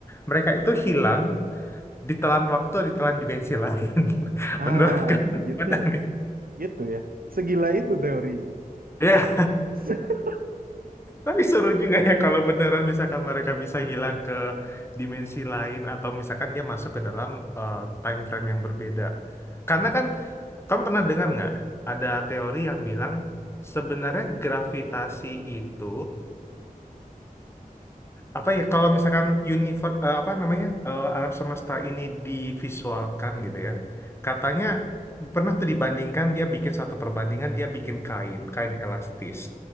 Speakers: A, on the left; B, on the right.
A: mereka itu hilang ditelan waktu, ditelan dimensi lain. <laughs>
B: ah,
A: Menurut kamu
B: gitu
A: gimana
B: ya,
A: nih?
B: gitu ya. Segila itu teorinya.
A: Iya,
B: <laughs>
A: Tapi seru juga ya kalau beneran misalkan mereka bisa hilang ke dimensi lain atau misalkan dia masuk ke dalam eh, time frame yang berbeda. Karena kan kamu pernah dengar nggak ada teori yang bilang sebenarnya gravitasi itu apa ya kalau misalkan universe apa namanya eh, alam semesta ini divisualkan gitu ya katanya pernah tuh dibandingkan dia bikin satu perbandingan dia bikin kain kain elastis